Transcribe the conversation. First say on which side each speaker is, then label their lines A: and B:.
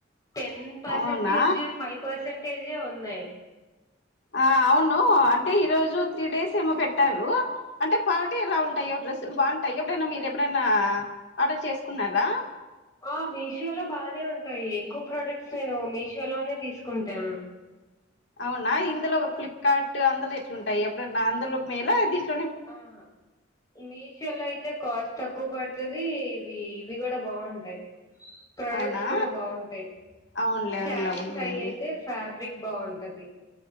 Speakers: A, on the left; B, on the left.
A: టెన్ పర్సంటేజ్
B: అవునా
A: ఫైవ్ పర్సంటేజే ఉన్నాయ్
B: ఆ అవును అంటే ఈ రోజు త్రీ డేస్ ఏమో పెట్టారు, అంటే క్వాలిటీ ఎలా ఉంటాయో. డ్రెస్సులు బాగుంటాయి ఎప్పుడైనా మీరు ఎప్పుడైనా ఆర్డర్ చేసుకున్నారా.
A: ఆ మీషోలో బానే ఉంటాయి ఎక్కువ ప్రోడక్ట్స్ నేను మీషోలోనే తీసుకుంటాం.
B: అవునా ఇందులో ఫ్లిప్కార్ట్ అందులో ఎట్లుంటాయి ఎప్పుడన్నా అందులో మేలా దిస్
A: ఆహా మీషోలో అయితే కాస్ట్ తక్కువ పడతది ఇవి ఇవి కూడా బాగుంటాయ్ ప్రొడక్ట్స్
B: అవునా
A: కూడా బాగుంటాయ్
B: అవునులే
A: శారీస్
B: అవునులే అవునులేండి
A: అయి అయితే ఫ్యాబ్రిక్ బాగుంటది